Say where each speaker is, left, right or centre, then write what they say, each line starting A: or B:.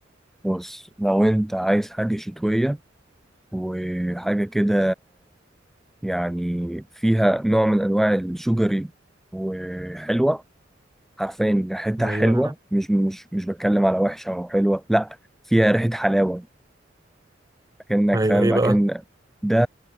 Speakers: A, in the centre; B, on the right.
A: بص لو انت عايز حاجه شتويه وحاجه كده يعني فيها نوع من انواع الشجري وحلوه عارفين ريحتها حلوه
B: ايوه
A: مش مش مش بتكلم على وحشه او حلوه لا فيها ريحه حلاوه اكنك
B: ايوه
A: فاهم
B: ايه بقى
A: اكن ده